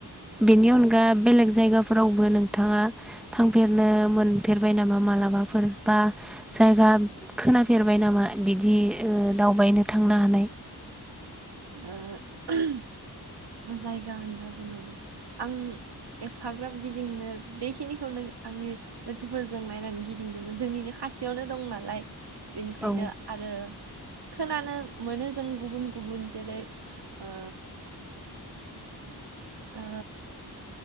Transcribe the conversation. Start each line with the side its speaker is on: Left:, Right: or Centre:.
Centre: बेनि अनगा बेलेग जायगाफोरावबो नोंथाङा थांफेरनो मोनफेरबाय नामा मालाबाफोर बा जायगा खोनाफेरबाय नामा बिदि ओ दावबायनो थांनो हानाय
Right: ओ जायगा होनना बुङोब्ला आं एफाग्राब गिदिंनो बेखिनिखौनो आंनि लोगोफोरजों नायनानै गिदिंदोंमोन जोंनिनो खाथियावनो दं नालाय बेनिखायनो
Centre: औ
Right: आरो खोनानो मोनो जों गुबुन गुबुन जेरै ओ ओ